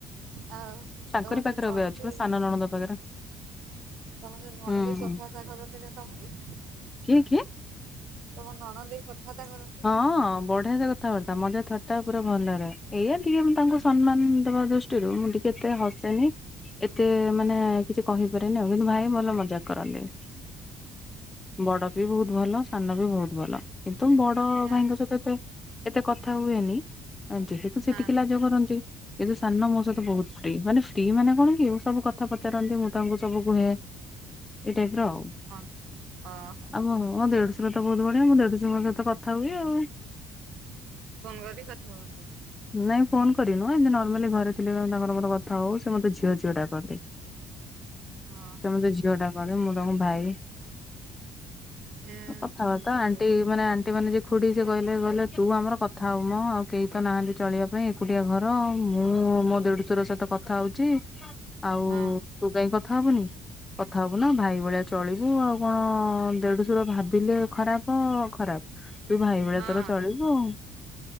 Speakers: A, on the right (about 70°); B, on the left (about 20°).
A: ଆଉ
B: ତାଙ୍କରି
A: ତମ
B: ପାଖରେ
A: ଯୋଉ ନଣନ୍ଦେଇ
B: ଏବେ ଅଛି ବା ସାନ ନଣନ୍ଦ ପାଖରେ
A: ତମ ଯୋଉ ନଣନ୍ଦେଇ
B: ହୁଁ
A: କଥାବାର୍ତ୍ତା କରନ୍ତିନା ତମକୁ?
B: କିଏ କିଏ?
A: ତମ ନଣ ଦେଇ କଥାବାର୍ତ୍ତା କର
B: ହଁ ଅଁ ବ କଥାବାର୍ତ୍ତା ମଜା ଥଟ୍ଟା ପୁରା ଭଲରେ ଏଇଆ ଟିକେ ମୁଁ ତାଙ୍କୁ ସମ୍ମାନ ଦେବା ଦୃ ଷ୍ଟିରୁ ମୁଁ ଟିକେ ଏତେ ହସେନି ଏତେ ମାନେ କିଛି କହିପାରେନି ଆଉ। କିନ୍ତୁ ଭାଇ ଭଲ ମଜାକ୍ କରନ୍ତି। ବଡ଼ବି ବହୁତ୍ ଭଲ ସାନବି ବହୁତ୍ ଭଲ କିନ୍ତୁ ବ ଡ଼
A: ମୁଁ ଯା
B: ଭାଇଙ୍କ ସହିତ ଏତେ କଥା ହୁଏନି ଯେହେତୁ ସିଏ
A: ହଁ
B: ଟିକେ ଲାଜ କରନ୍ତି। କିନ୍ତୁ ସାନ ମୋସହିତ ବହୁତ୍ ଫ୍ରି ମାନେ ଫ୍ରି ମାନେ କଣକି ସେସବୁ କଥା ପଚାରନ୍ତି ମୁଁ ତାଙ୍କୁ ସବୁ କୁହେ। ଏଇ ଟାଇପ୍ର ଆଉ।
A: ହଁ ଅଁ ହୋ।
B: ହଁ ମୋ ଦେଢଶୁରତ ବହୁତ୍ ବଢ଼ିଆ ମୁଁ ଦେଢଶୁରଙ୍କ ସହିତ କଥା ହୁଏ ଆଉ।
A: ଫୋନ୍ କରିକି କଥା ହୁଅନ୍ତି?
B: ନାଇଁ ଫୋନ୍ କରି ନୁହଁ ଏମିତି ନର୍ମାଲି ଘରେ ଥିଲେ ତାଙ୍କର ମୋର କଥା ହଉ ସେମତେ ଝିଅ ଝିଅ ଡାକନ୍ତି।
A: ଓହୋ
B: ସେ ମତେ ଝିଅ ଡାକନ୍ତି ମୁଁ ତାଙ୍କୁ ଭାଇ
A: ଏଇ
B: କଥାବାର୍ତ୍ତା
A: ଯୋଉ
B: ଆଣ୍ଟି ମାନେ ଆ ଆଣ୍ଟି ମାନେ ଯିଏ ଖୁଡ଼ି ସେକହିଲେ କହିଲେ ତୁ ଆମର କଥା ହବୁ ମଁ ଆଉ କେହିତ ନାହାନ୍ତି ଚଳିବା ପାଇଁ ଏକୁଟିଆ ଘର ମୁଁ ମୋ ଦେଢଶୁର ସହିତ କଥା ହଉଚି ଆଉ
A: ହଁ
B: ତୁ କାଇଁ କଥା ହବୁନି। କଥା ହବୁନା ଭାଇ ଭଳିଆ ଚଳିବୁ ଆଉ କଣ ଦେଢଶୁର ଭାବିଲେ ଖରାପ ଖରାପ୍। ତୁ ଭାଇ ଭଳିଆ
A: ହଁ।
B: ତୋର ଚଳିବୁ ଆଉ।